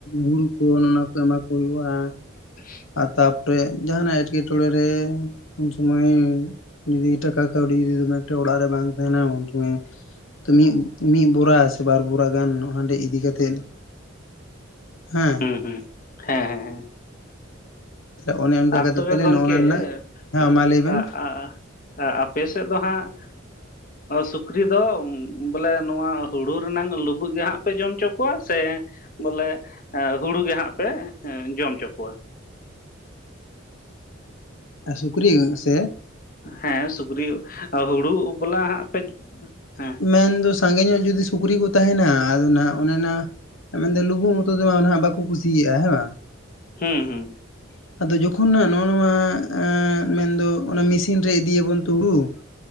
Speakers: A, on the left; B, on the left.
A: ᱦᱩᱲᱩ ᱠᱚ ᱚᱱᱮ ᱚᱱᱟ ᱠᱚ ᱮᱢᱟ ᱠᱚ ᱦᱩᱭᱩᱜ-ᱟ᱾
B: <inaudible>
A: ᱟᱨ ᱛᱟᱯᱚᱨᱮ ᱡᱟᱦᱟᱱᱟᱜ ᱮᱴᱠᱮᱴᱚᱬᱮ ᱨᱮ ᱩᱱ ᱥᱚᱢᱚᱭ ᱡᱩᱫᱤ ᱴᱟᱠᱟ ᱠᱟᱹᱣᱰᱤ ᱡᱫᱤ ᱫᱚᱢᱮ ᱮᱠᱚᱴᱟ ᱚᱲᱟᱜ ᱨᱮ ᱵᱟᱝ ᱛᱟᱦᱮᱱᱟ ᱩᱱᱥᱚᱢᱚᱭ ᱛᱚ ᱢᱤᱫ ᱢᱤᱫ ᱵᱚᱨᱟ ᱥᱮ ᱵᱟᱨ ᱵᱚᱨᱟ ᱜᱟᱱ ᱦᱟᱸᱰᱮ ᱤᱫᱤ ᱠᱟᱛᱮᱫ ᱦᱮᱸ
B: ᱦᱩᱸ ᱦᱩᱸ, ᱦᱮᱸ ᱦᱮᱸ ᱦᱮᱸ᱾
A: ᱛᱟᱦᱞᱮ ᱚᱱᱮ ᱚᱱᱠᱟ
B: ᱟᱨ
A: ᱠᱟᱛᱮᱜ
B: ᱛᱚᱵᱮ
A: ᱛᱟᱦᱞᱮ
B: ᱜᱚᱝᱠᱮ
A: ᱱᱚᱜᱼᱚ ᱱᱟ
B: <unintelligible>
A: ᱨᱮᱱᱟᱜ ᱦᱮᱸ ᱢᱟ ᱞᱟᱹᱭ ᱵᱮᱱ
B: ᱟᱯᱮ ᱥᱮᱫ ᱫᱚ ᱦᱟᱸᱜ ᱥᱩᱠᱨᱤ ᱫᱚ ᱵᱚᱞᱮ ᱱᱚᱣᱟ ᱦᱩᱲᱩ ᱨᱮᱱᱟᱝ ᱞᱩᱵᱩᱜ ᱜᱮ ᱦᱟᱸᱜ ᱯᱮ ᱡᱚᱢ ᱦᱚᱪᱚ ᱠᱚ ᱠᱚᱣᱟ ᱥᱮ ᱵᱚᱞᱮ ᱮᱸ ᱦᱩᱲᱩ ᱜᱮ ᱦᱟᱸᱜ ᱯᱮ ᱡᱚᱢ ᱦᱚᱪᱚ ᱠᱚᱣᱟ?
A: ᱮᱸᱜ ᱥᱩᱠᱨᱤ ᱜᱮ ᱥᱮ?
B: ᱦᱮᱸ ᱥᱩᱠᱨᱤ ᱦᱩᱲᱩ ᱵᱟᱞᱟ ᱦᱟᱸᱜ ᱯᱮ, ᱦᱮᱸ
A: ᱢᱮᱱ ᱫᱳᱥ ᱥᱟᱸᱜᱮ ᱧᱚᱜ ᱡᱩᱫᱤ ᱥᱩᱠᱨᱤ ᱠᱚ ᱛᱟᱦᱮᱱᱟ ᱟᱫᱚ ᱱᱟᱜ ᱚᱱᱮ ᱱᱟ ᱢᱮᱱᱫᱚ ᱞᱩᱵᱩᱜ ᱢᱚᱛᱚ ᱫᱚ ᱦᱟᱸᱜ ᱱᱟᱜ ᱵᱟᱠᱚ ᱠᱩᱥᱤᱭᱟᱜ-ᱟ ᱦᱮᱸ᱾
B: ᱦᱩᱸ ᱦᱩᱸ᱾
A: <inaudible> ᱟᱫᱚ ᱡᱚᱠᱷᱚᱱ ᱱᱟᱜ ᱱᱚᱜ-ᱚ ᱱᱚᱣᱟ ᱢᱮᱱᱫᱚ ᱚᱱᱟ ᱢᱮᱥᱤᱱ ᱨᱮ ᱤᱫᱤᱭᱟᱵᱚᱱ ᱛᱚ ᱦᱩᱲᱩ᱾